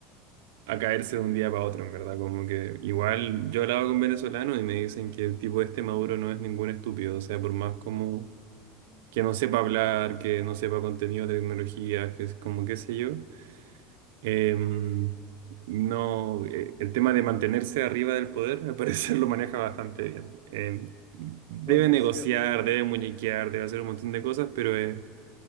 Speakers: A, on the right (about 85°); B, on the left (about 25°).
A: a caerse de un día para otro, en verdad, como que igual yo hablaba con venezolanos y me dicen que el tipo este Maduro no es ningún estúpido, o sea, por más como que no sepa hablar, que no sepa contenido de tecnología, que es como qué sé yo. Em, no, eh, el tema de mantenerse arriba del poder, al parecer <laughs> lo maneja bastante bien. Em, debe
B: Bueno,
A: negociar,
B: es cierto.
A: debe muñequear, debe hacer un montón de cosas, pero es